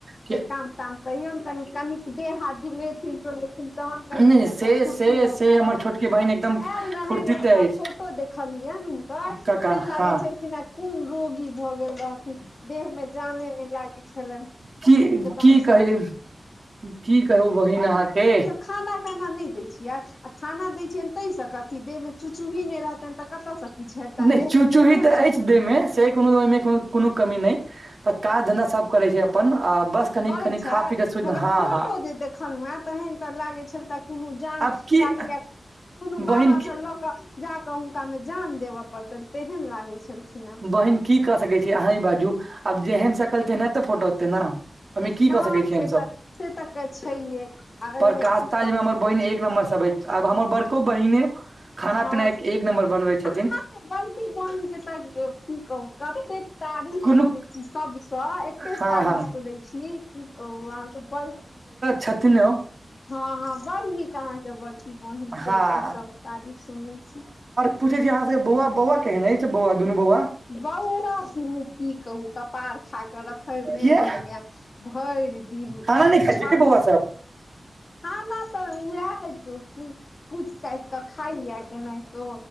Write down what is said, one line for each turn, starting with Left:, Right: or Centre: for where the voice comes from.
Right: कि।
Left: काम-ताम कहियोन कनि, कनिक। देह हाथ झुलेथिन-डोलेथिन तखन कनि
Right: नहि नहि
Left: देह
Right: से
Left: में फुुरती
Right: से
Left: रहतनि।
Right: से हमर छोटकी बहिन एकदम
Left: एल रहनि
Right: फुर्तीत
Left: एकटा
Right: अछि
Left: फोटो देखलियैनि हुनकर
Right: कका
Left: से लागैय
Right: हँ
Left: छलकिन ह। कोन रोगी भऽ गेल रहथिन, देह में। में जाने नै लागय छलैन,
Right: की
Left: एकदमसॅ।
Right: की कही की कहु बहिन अहाँके।
Left: खाना-ताना नै दैय छियै। खाना दैछियनि तैय स कथी, देह में चु चुही नै रहतनि तऽ कतऽस किछ हेतनि,
Right: नहि
Left: देह
Right: चूचूही
Left: तऽ तेहने
Right: तऽ
Left: लगतनि।
Right: अछि देह मे से कोनो ओहि में कोनो कमी नै, तत्त काज-धन्धा सब करैय छैय अपन बस। कनि
Left: करैय
Right: कनि
Left: छथि,
Right: खा पी के सुति
Left: मगर
Right: हँ
Left: फोटो
Right: हँ
Left: जे देखलहु हें। तहन तऽ लागे छल त कोनो जान
Right: आब की
Left: लागयै कोनो बाबा
Right: बहिन
Left: सॅ लऽ कऽ। जा कऽ हुनका में जान देबऽ पड़तनि। तेहन लागै छलखिन हेँ
Right: बहिन। की क सकैय छी, अँही बाजु आब जेहन सकल तेहने फोटो एतैय न। ओहि में की
Left: हँ
Right: क सकैय छी
Left: से
Right: हमसब,
Left: तऽ से तऽ छैहे आ
Right: पर
Left: एहिमे की
Right: काज ताज
Left: कर
Right: में हमर
Left: सकै
Right: बहिन
Left: छी
Right: एक नम्बर सब अय। आब हमर बड़को बहिने खाना-पीना
Left: हँ
Right: ए एक नम्बर बनबैय
Left: अहाँके
Right: छथिन।
Left: बड़की बहिन के तऽ की कहु कतेक। तारीफ
Right: कोनो
Left: सुनैय छी सबसे, एते
Right: हँ
Left: तारीफ
Right: हँ
Left: सुनैय छी, की कहु अहाके बर।
Right: छथिनो।
Left: हँ, हँ बड़ नीक अहाँके बड़की बहिनके
Right: हँ
Left: एकदम तारीफ सुनैय छी।
Right: पुछैय छी अहाँ सबके बौआ-बौआ केहन अछि, बौआ दुनु बौआ।
Left: बौआ सुनु की कहु कपार। खा कऽ रखने
Right: किया
Left: रहैया, भरि दिन
Right: खाना नहि खाइ
Left: झल।
Right: छै की बौआ सब
Left: खाना तऽ उएह कुइथ-काथि कऽ खाइए। केहैनिहतो